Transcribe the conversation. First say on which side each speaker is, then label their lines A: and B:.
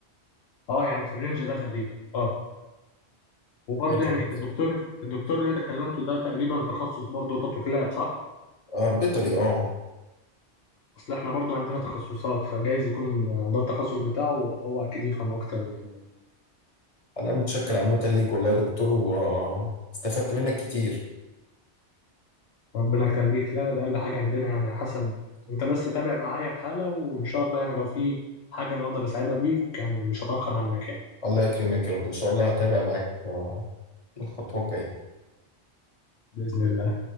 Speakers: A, on the left (about 70°); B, on the left (about 35°).
A: اه يعني في الرينج ده تقريبا اه وبرضه
B: بيخلص.
A: يعني الدكتور الدكتور اللي انت كلمته ده تقريبا تخصص برضه قطط وكلاب صح؟
B: آه بيطري اه
A: اصل احنا برضه عندنا تخصصات فجايز يكون ده التخصص بتاعه هو اكيد يفهم اكتر يعني
B: انا متشكر عامه ليك والله يا دكتور واستفدت منك كتير
A: ربنا يخليك لا ده اقل حاجه عندنا يعني يا حسن انت بس تابع معايا الحاله وان شاء الله يعني لو في حاجه انا اقدر اساعدها بيك يعني مش هتاخر عنك يعني
B: الله يكرمك يا رب ان شاء الله هتابع معاك آه، الخطوه الجايه
A: باذن الله